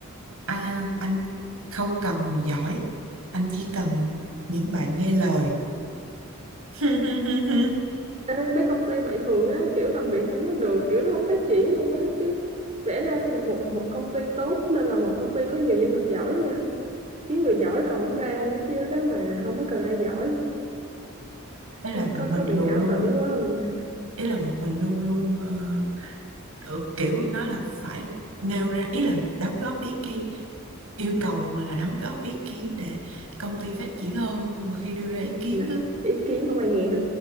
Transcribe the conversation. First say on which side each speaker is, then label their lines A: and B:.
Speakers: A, on the right (about 90°); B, on the right (about 30°).
A: à, anh không cần người giỏi anh chỉ cần những bạn nghe lời <laughs>
B: Ê, mấy công ty vậy thường á, kiểu làm việc không có được, kiểu nó không phát triển luôn á chứ. Vẽ ra một một công ty tốt nên là một công ty có nhiều nhân lực giỏi nha. Kiếm người giỏi còn không ra nữa chứ ở đó mà không có cần ai giỏi.
A: ý là
B: Ừ,
A: bọn
B: Có
A: mình
B: có bị
A: luôn
B: ảo
A: luôn
B: tưởng quá không nha.
A: ý là bọn mình luôn luôn ờ, được kiểu nó là phải nêu ra ý là đóng góp ý kiến yêu cầu bọn mình là đóng góp ý kiến để công ty phát triển hơn nhưng mà khi đưa ra ý kiến
B: Mà ý kiến không ai nghe